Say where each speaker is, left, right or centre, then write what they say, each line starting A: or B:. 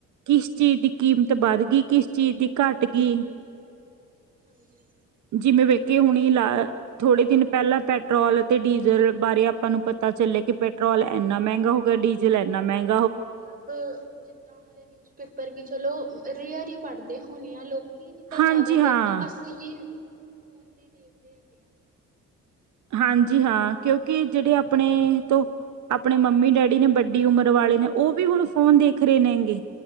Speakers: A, on the right (about 70°); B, on the right (about 30°).
A: ਕਿਸ ਚੀਜ਼ ਦੀ ਕੀਮਤ ਵੱਧ ਗਈ ਕਿਸ ਚੀਜ਼ ਦੀ ਘੱਟ ਗਈ
B: ਹਾਂਜੀ ਹਾਂਜੀ
A: ਜੀਵੇੈਂ ਵੇਖ ਕਿ ਹੁਣੀ ਲਾ ਥੋੜੇ ਦਿਨ ਪਹਿਲਾਂ ਪੈਟਰੋਲ ਅਤੇ ਡੀਜ਼ਲ ਬਾਰੇ ਆਪਾਂ ਨੂੰ ਪਤਾ ਚੱਲਿਆ ਕਿ ਪੈਟਰੋਲ ਇੰਨਾ ਮਹਿੰਗਾ ਹੋ ਗਿਆ ਡੀਜ਼ਲ ਇੰਨਾ ਮਹਿੰਗ
B: ਮਤਲਬ ਜਿੱ ਤਾਂ ਹਾਲੇ ਨਿਊਜ਼ਪੇਪਰ ਵੀ ਚਲੋ ਰੇਅਰ ਹੀ ਪੜ੍ਹਦੇ ਹੋਣੇ ਆ ਲੋਕ ਕੀ ਨਹੀਂ ਤਾਂ ਜ਼ਿਆਦਾਤਰ
A: ਹਾਂਜੀ ਹਾਂ
B: ਤਾਂ ਅਸੀਂ ਵੀ ਫੋਨ ਤੇ ਦੇਖਦੇ ਹੈਗੇ ਆ
A: ਹਾਂਜੀ ਹਾਂ ਕਿਉਂਕਿ ਜਿਹੜੇ ਆਪਣੇ ਤੋਂ ਆਪਣੇ ਮੰਮੀ ਡੈਡੀ ਨੇ ਵੱਡੀ ਉਮਰ ਵਾਲੇ ਨੇ ਉਹ ਵੀ ਹੁਣ ਫੋਨ ਦੇਖ ਰਹੇ ਨੇਗੇ